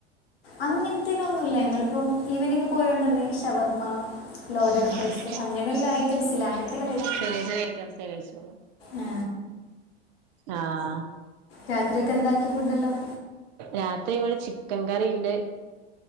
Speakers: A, on the left; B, on the right.
A: അങ്ങൻത്തെനോന്നുല്ല ഞങ്ങളിപ്പോ ഈവനിങ് പോയോണ്ടന്നേ. ഷവർമ്മ, ലോഡട് ഫ്രൈസ്
B: ആഹ്
A: അങ്ങനെള്ള ഐറ്റംസ് ല്ലേ അങ്ങൻതെല്ലാം കഴിക്കും
B: ചെറിയ ചെറിയ ഐറ്റംസേ കഴിച്ചോളൂ
A: ആ
B: ആഹ്
A: രാത്രിയൊക്കെ എന്താക്കി ഫുഡെല്ലാം
B: രാത്രിവിടെ ചി ക്കൻകറി ഇണ്ട്.